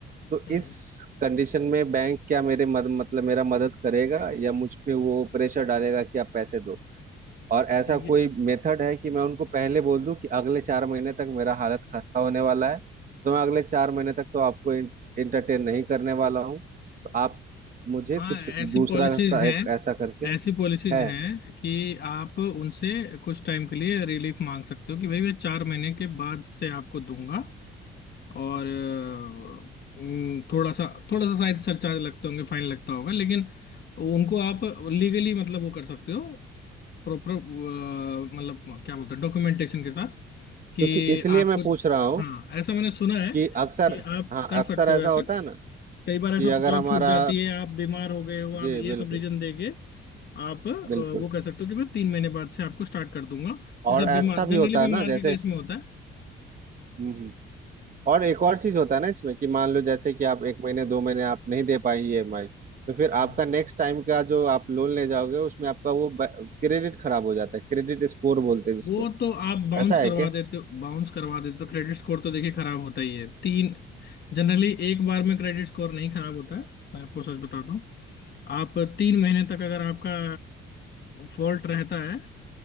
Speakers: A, on the right; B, on the left.
A: तो
B: हम्म,
A: इस कंडीशन में बैंक क्या मेरे मद, मतलब मेरा मदद करेगा या मुझ पे वो प्रेशर डालेगा कि आप पैसे दो और ऐसा
B: देखिए
A: कोई मेथड है कि मैं उनको पहले बोल दूं कि अगले चार महीने तक मेरा हालत खस्ता होने वाला है तो मैं अगले चार महीने तक तो आपको इंटरटेन नहीं करने वाला हूँ तो आप मुझे
B: हाँ
A: कुछ
B: ऐसी
A: दूसरा
B: पॉलिसीज
A: सा
B: हैं
A: एक ऐसा करके
B: ऐसी पॉलिसीज
A: है
B: हैं कि आप उनसे कुछ टाइम के लिए रिलीफ मांग सकते हो कि भाई मैं चार महीने के बाद से आपको दूंगा और अ, हम्म, थोड़ा सा थोड़ा सा शायद सरचार्ज लगते होंगे फाइन लगता होगा लेकिन उनको आप लीगली मतलब वो कर सकते हो प्रॉपर मतलब क्या बोलते हैं डॉक्यूमेंटेशन के साथ कि
A: क्योंकि इसलिए
B: आपको
A: मैं पूछ रहा हूँ
B: हाँ ऐसा मैंने सुना है
A: कि अक्सर
B: कि आप
A: हाँ
B: कर सकते
A: अक्सर ऐसा
B: हो ऐसे
A: होता है ना
B: कई बार ऐसा
A: कि
B: तो
A: अगर
B: जॉब
A: हमारा
B: छूट जाती है आप बीमार हो गए हो आप
A: जी
B: ये
A: बिल्कुल
B: सब रीजन देके आप अ,
A: बिल्कुल
B: वो कह सकते हो कि मैं तीन महीने बाद से आपको स्टार्ट कर दूंगा
A: और
B: जब
A: ऐसा
B: बीमार
A: भी
B: जनरली
A: होता है
B: बीमार
A: ना जैसे
B: के केस में होता है
A: हम्म हम्म। और एक और चीज होता है ना इसमें कि मान लो जैसे कि आप एक महीने दो महीने आप नहीं दे पाई ईएमआई तो फिर
B: हम्म
A: आपका नेक्स्ट टाइम का जो आप लोन ले जाओगे उसमें आपका वो क्रेडिट खराब हो जाता है क्रेडिट स्कोर बोलते हैं जिसको
B: वो तो आप बाउंस
A: ऐसा है
B: करवा
A: क्या
B: देते हो बाउंस करवा देते हो तो क्रेडिट स्कोर तो देखिए खराब होता ही है तीन जनरली एक बार में क्रेडिट स्कोर नहीं खराब होता है मैं आपको सच बताता हूँ आप तीन महीने तक अगर आपका फॉल्ट रहता है